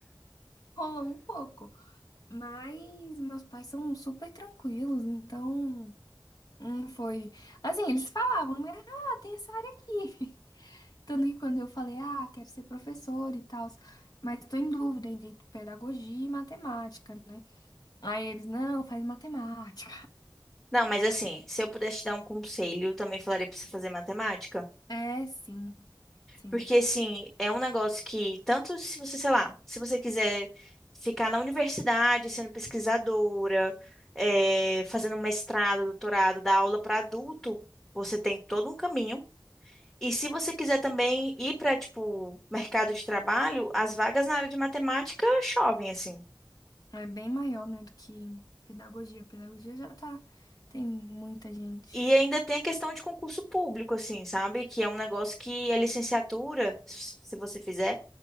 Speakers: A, on the left; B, in the centre.
A: Rolou um pouco. Mas meus pais são super tranquilos, então. Não foi. Assim, eles falavam, né? Ah, tem essa área aqui. <laughs> Tanto que quando eu falei, ah, quero ser professora e tal. Mas tô em dúvida entre pedagogia e matemática, né? Aí eles, não, faz matemática.
B: Não, mas assim, se eu pudesse te dar um conselho, eu também falaria pra você fazer matemática.
A: É, sim, sim.
B: Porque, assim, é um negócio que, tanto se você, sei lá, se você quiser ficar na universidade sendo pesquisadora, eh, fazendo mestrado, doutorado, dar aula para adulto, você tem todo um caminho. E se você quiser também ir para, tipo, mercado de trabalho, as vagas na área de matemática chovem, assim.
A: É, é bem maior, né, do que pedagogia. Pedagogia já tá, tem muita gente.
B: E ainda tem a questão de concurso público, assim, sabe? Que é um negócio que a licenciatura, se se você fizer,